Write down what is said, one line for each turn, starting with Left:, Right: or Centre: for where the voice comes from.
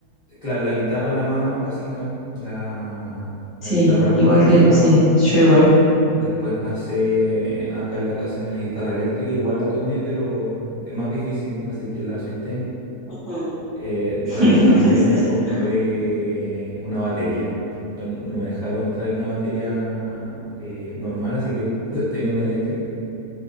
Left: Claro, la guitarra es la más básica, la, la
Right: Sí,
Left: guitarra acústica,
Right: igual que, sí, yo igual.
Left: Después pasé acá en la casa, había una guitarra eléctrica, igual la tomé, pero es más difícil, así que la solté.
Right: Ujú.
Left: Eh, durante
Right: <laughs>
Left: pandemia compré una batería. No no me dejaron traer una batería eh, normal, así que <laughs> tenía una eléctrica,